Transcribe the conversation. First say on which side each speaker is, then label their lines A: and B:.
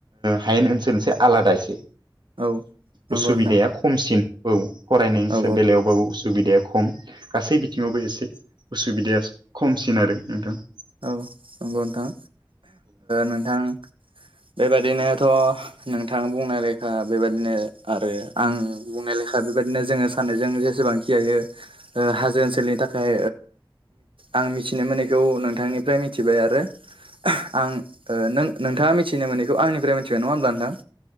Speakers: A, on the right; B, on the right.
A: हायेन ओनसोलनिसाय आलादा एसे
B: औ नंगौ
A: असुबिदाया
B: नोंथां
A: खमसिन औ फरायनायनि
B: औ
A: बेलायावबाबो असुबिदाया खम गासै बिथिङावबो एसे असुबिदाया खमसिन आरो नोंथां
B: औ नंगौ नोंथां नोंथां बेबादिनोथ' नोंथां बुंनाय लेखा बेबायदिनो आरो आं बुंनाय लेखा बेबायदिनो जोङो साननायजों जेसेबां यो हाजो ओनसोलनि थाखाय आं मिथिनो मोननायखौ नों नोंथांनिफ्राय मिथिबाय आरो आं नों नोंथाङा मिथिनो मोनैखौ आंनिफ्राय मिथिबाय नङा होमब्ला नोंथां